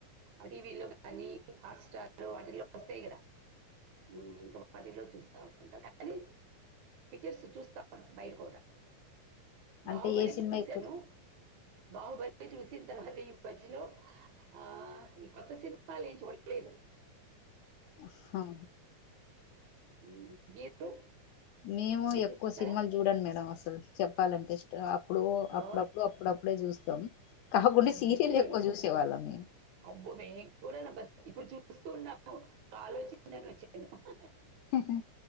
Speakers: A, on the right; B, on the left.
A: ఆ టీవీలో కానీ హాట్స్టార్ వాటిల్లో వస్తాయి కదా ఉమ్ ఇంకా వాటిలో చూస్తా ఉంటం కానీ పిక్చర్స్ చూస్తాం బయట కూడా బాహుబలి
B: అంటే ఏ సినిమా
A: చూశాను
B: ఎక్కువ
A: బాహుబలి చూసి తర్వాత ఈ మధ్యలో ఆ ఈ కొత్త సినిమాలు ఏం చూడలేదు
B: హా
A: ఉమ్ మీరు
B: మేము
A: మీరు
B: ఎక్కువ
A: చూస్తారా
B: సినిమాలు చూడాన్ మేడం అసలు చెప్పాలంటే అప్పుడు
A: ఓ
B: అప్పుడప్పుడు అప్పుడప్పుడే చూస్తాం కాకుండా
A: అంతేలే
B: సీరియల్ ఎక్కువ చూసేవాళ్ళం మేము
A: అబ్బో మేం కూడా <unintelligible> ఇప్పుడు చూస్తూ ఉన్నాము కాలేజీలోనే <unintelligible>
B: హూ హూ